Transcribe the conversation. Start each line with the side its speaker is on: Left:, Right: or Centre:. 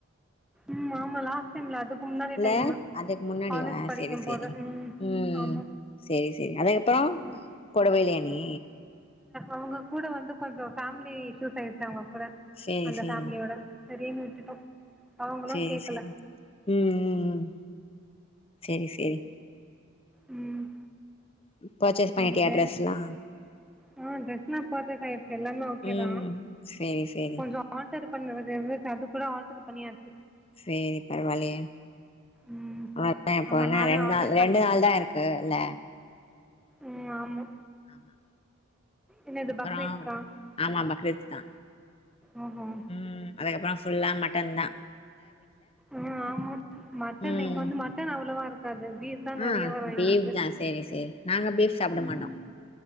Centre: ம் ஆமா லாஸ்ட் டைம்ல அதுக் கு முன்னாடி
Left: இல்ல
Centre: டைமு
Left: அதுக்கு முன்னாடியா
Centre: காலேஜ் படிக்கம்
Left: சேரி சேரி
Centre: போது ம்
Left: ம்
Centre: ஆமா
Left: சேரி செரி அதா எப்போ
Centre: ம்
Left: கோடவே இல்லயா நீ
Centre: அவுங்க கூட வந்து கொஞ்சொ ஃபேமிலி இஷ்யூஸ் ஆய்ருச்சு அவங்க கூட
Left: சேரி
Centre: அந்த
Left: சேரி
Centre: ஃபேமிலியோட சரினு விட்டுட்டோ. அவங்களு
Left: செரி
Centre: கேக்கல
Left: செரி ம் ம் இ செரி
Centre: ம்
Left: ம் பர்ச்சேஸ் பண்ணிட்டியா
Centre: ம் சரி
Left: ட்ரெஸ்லா
Centre: ஆ டிரஸ்ல்லா பெர்பக்ட்டா எடுத்துட்டே எல்லாமே ஓகேதா
Left: ம் சேரி சேரி
Centre: கொஞ்சோ ஆல்டரு பண்ணுறது வந்துட் அது கூட ஆர்டர் பண்ணியாச்
Left: சேரி பரவால்லியே
Centre: ம்
Left: ஆ அதா எப்ப
Centre: ஆமா
Left: என்ன
Centre: நானே
Left: ரெண்டு
Centre: ஆல்டர்
Left: நாள்
Centre: பண்ணிட்டே
Left: ரெண்டு நாள் தான இருக்கு இல்ல
Centre: ம் ஆமா
Left: ஆமா
Centre: என்னது
Left: அப்புறோ
Centre: பக்ரீத்க்கா
Left: ஆமா பக்ரீத்க்கு தா
Centre: ம்ஹும்
Left: ம் அதுக்கப்புறோ ஃபுல்லா மட்டன்தா
Centre: ம் ஆமா மட்டன்தா
Left: ம்
Centre: இங்க வந்து மட்டன் அவ்ளவா இருக் காது பீஃப்தா நெறைய
Left: ஆ
Centre: வரு எங்களுக்கு
Left: பீஃப் தா சேரி சேரி நாங்க பீஃப் சாப்டமாட்டோ.
Centre: ம்